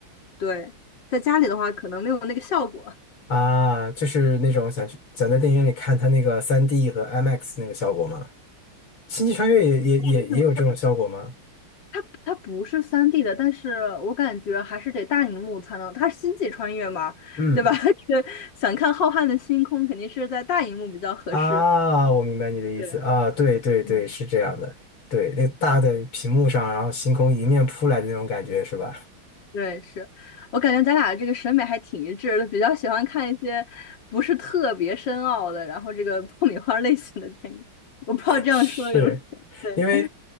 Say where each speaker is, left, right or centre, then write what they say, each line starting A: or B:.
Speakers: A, on the left (about 55°); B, on the left (about 85°).
A: 对，在家里的话可能没有那个效果。
B: 啊，就是那种想去想在电影院里看它那个三 d 和 IMAX 那个效果吗？星际穿越也也也也有这种效果吗？
A: <laughs> 为什么？它它不是三 d 的，但是我感觉还是得大荧幕才能，它是星际穿越嘛，
B: 嗯
A: 对吧？<laughs> 这个想看浩瀚的星空，肯定是在大荧幕比较合适。
B: 啊，我明白你的意思啊，
A: 对，
B: 对对对，
A: 嗯，
B: 是这样的，对，那个大的屏幕上，然后星空迎面扑来的那种感觉是吧？
A: 对，是我感觉咱俩这个审美还挺一致的，比较喜欢看一些不是特别深奥的，然后这个爆米花类型的电影。我不知道这样说有没有对。
B: 是因为